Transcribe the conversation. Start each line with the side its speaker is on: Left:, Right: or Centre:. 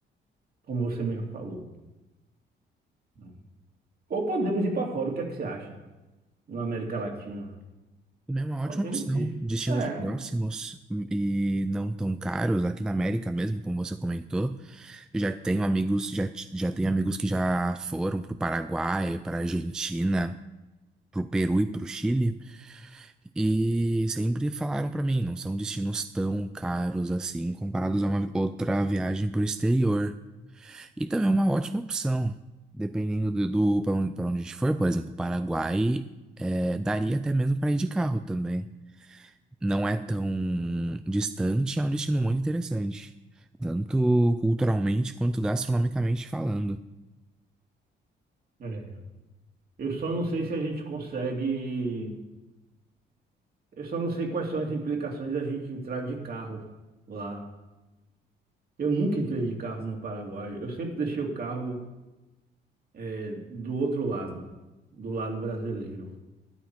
Right: Como você mesmo falou. né? Ou podemos ir para fora, o que é que você acha? Na América Latina.
Centre: Também é uma ótima
Right: Podemos
Centre: opção.
Right: ir.
Centre: Destinos
Right: É,
Centre: próximos e não tão caros, aqui na América mesmo, como você comentou. Eu já tenho amigos, já, t- já tenho amigos que já foram para o Paraguai, para a Argentina. Pro Peru e pro Chile, e sempre falaram para mim, não são destinos tão caros assim comparados a uma outra viagem por exterior. E também é uma ótima opção, dependendo do, do para onde, para onde a gente for, por exemplo, Paraguai, é, daria até mesmo para ir de carro também. Não é tão distante, é um destino muito interessante, tanto culturalmente quanto gastronomicamente falando.
Right: É. Eu só não sei se a gente consegue. Eu só não sei quais são as implicações da gente entrar de carro lá. Eu nunca entrei de carro no Paraguai. Eu sempre deixei o carro eh, do outro lado, do lado brasileiro,